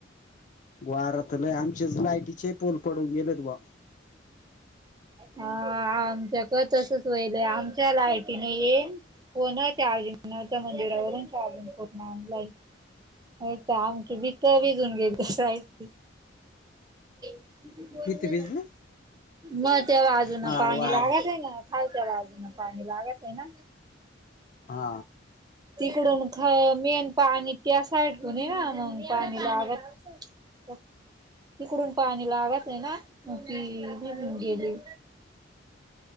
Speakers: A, on the left; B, on the right.
A: वारात लई आमचेच लाईटीचे पोल पडून गेलेत बा.
B: हा आमच्याक तसच वईलय आमच्या लाईट नाहीये. फोन चार्जिंग नव्हते मंदिरावरून चार्जिंग करून आणलाय. इथं आमची भीत्त भिजून गेली <unintelligible> बोल
A: किती
B: म्हण.
A: भिजले
B: मग त्या बाजून
A: हा
B: पाणी
A: वार
B: लागत आहे ना. खालच्या बाजून पाणी लागत आहे ना.
A: हा.
B: तिकडून ख मी आण पाणी त्या साईड पण आहे. म पाणी लागत तिकडून पाणी लागत ये ना. मग ती भिजून गेली.